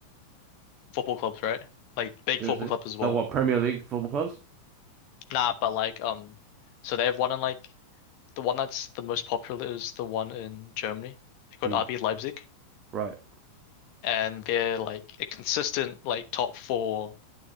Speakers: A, on the left; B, on the right.
A: football clubs, right? Like big
B: Seriously?
A: football clubs as well.
B: Like what? Premier League football clubs?
A: Nah, but like um, so they have one in like the one that's the most popular is the one in Germany. They're called
B: Mm.
A: RB Leipzig,
B: Right.
A: and they're like a consistent like top four